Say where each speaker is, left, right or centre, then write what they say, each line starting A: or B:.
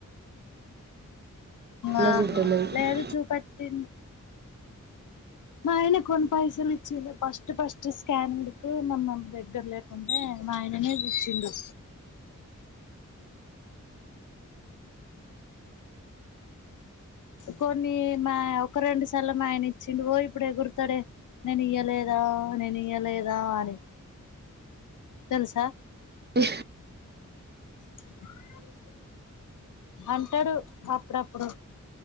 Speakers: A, on the right; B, on the left.
A: అలా
B: ఆహా
A: చూపెట్టలేదు
B: లేదు చూపటి మా ఆయన కొన్ని పైసలు ఇచ్చి ఫస్ట్ ఫస్ట్ స్కానింగ్కు మమ దగ్గర లేకుంటే మా ఆయననేది ఇచ్చిడు కొన్ని మా ఒక రెండు సార్లు మా ఆయన ఇచ్చిండడు పో ఇప్పుడే గుర్తాడే నేను ఇయ్యలేదా నేను ఇయలేదా అని తెలుసా
A: <inaudible>
B: <unintelligible> అంటాడు అప్పుడప్పుడు